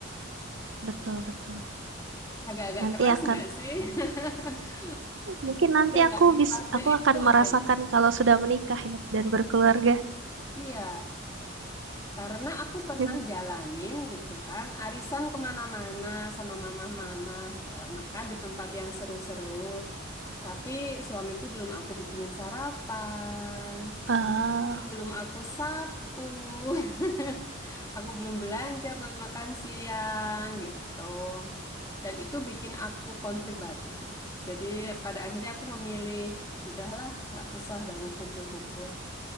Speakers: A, on the right (about 65°); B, on the left (about 15°).
A: betul betul
B: Agak-agak
A: nanti
B: keras
A: akan
B: nggak sih? <laughs>
A: mungkin
B: Aku
A: nanti
B: Udah nggak
A: aku
B: di
A: bis
B: fase
A: aku
B: itu
A: akan merasakan
B: gitu.
A: kalau sudah menikah ya dan berkeluarga
B: Iya, karena aku pernah
A: <laughs>
B: jalanin gitu kan, arisan kemana-mana sama mama-mama, eh, makan di tempat yang seru-seru, tapi suamiku belum aku bikinin sarapan.
A: Ah,
B: Bun, belum aku sapu. <laughs> Aku belum belanja buat makan siang gitu. Dan itu bikin aku konflik batin. Jadi pada akhirnya aku memilih, sudahlah, nggak usah banyak kumpul-kumpul.